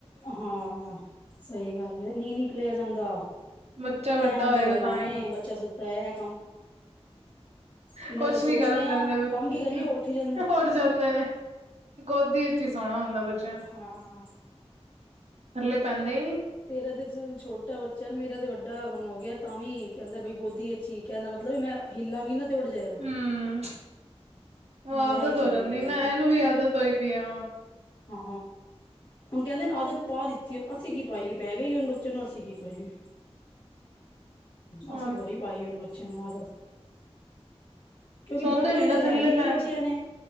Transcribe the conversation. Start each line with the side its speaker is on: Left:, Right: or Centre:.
Left: ਹਾਂ ਸਹੀ ਗੱਲ ਹੈ ਨੀ ਨਿਕਲਿਆ ਜਾਂਦਾ।
Right: ਬੱਚਾ ਵੱਡਾ
Left: ਕਹਿਣ
Right: ਹੋਏਗਾ
Left: ਦੀ ਗੱਲਾਂ
Right: ਤਾਂ
Left: ਨੇ
Right: ਹੀ
Left: ਬੱਚਾ ਸੁਤਾਰ ਹੋਆ ਇੰਨੇ
Right: ਕੁਛ
Left: ਤੱਕ ਸੋਚਣੇ
Right: ਨੀ ਕਰਨ ਦਿੰਦੇ
Left: ਆ
Right: ਬੱਚੇ
Left: ਕੰਮ ਕੀ ਕਰੀਏ ਉੱਠ ਹੀ ਜਾਂਦੇ ਨੇ
Right: ਉੱਠ ਜਾਂਦੇ ਨੇ ਗੋਦੀ ਚ ਹੀ ਸੋਹਣਾ ਹੁੰਦਾ ਬੱਚੇ
Left: ਹਾਂ।
Right: ਥੱਲੇ ਪੈਂਦੇ ਹੀ ਨੀ।
Left: ਤੇਰਾ ਤੇ ਚਲ ਛੋਟਾ ਬੱਚਾ ਨਾ ਮੇਰਾ ਤੇ ਵੱਡਾ ਹੋ ਗਿਆ ਤਾਂ ਵੀ ਕਹਿੰਦਾ ਬਈ ਗੋਦੀ ਚ ਹੀ ਕਹਿੰਦਾ ਮਤਲਬ ਵੀ ਮੈਂ ਹਿੱਲਾਂਗੀ ਨਾ ਤੇ ਉੱਡ ਜਾਏਗਾ।
Right: ਹਮ ਉਹ
Left: ਉਹਨੂੰ
Right: ਆਦਤ
Left: ਮੈਂ ਹੀ
Right: ਹੋ
Left: ਚਾਹੀਦੀ
Right: ਜਾਂਦੀ ਨਾ
Left: ਆ
Right: ਇਹਨੂੰ ਵੀ ਆਦਤ ਹੋਈ ਪਈ ਆ।
Left: ਹਾ ਹੁਣ ਕਹਿੰਦੇ ਆਦਤ ਪਾਦਿਤੀ ਐ ਹੁਣ ਅਸੀ ਕੀ ਪਈ ਐ। ਪੈਗਈ ਹਨ ਬਾਚਏ ਨੂੰ ਅਸੀ ਕੀ ਕਰੀਏ।
Right: ਹੁਣ
Left: ਅਸੀ ਥੋੜੀ ਪਾਈਐ ਹੁਣ ਬੱਚਿਆਂ ਨੂੰ ਆਦਤ ਕਿਉਂਕਿ
Right: ਸੁਣਦੇ
Left: ਬੋਟਲ
Right: ਨੇ ਨਾ
Left: ਤੇ ਲੈਣੀ
Right: ਥੱਲੇ
Left: ਨੀ
Right: ਪੈਣ
Left: ਬੱਚਿਆਂ ਨੇ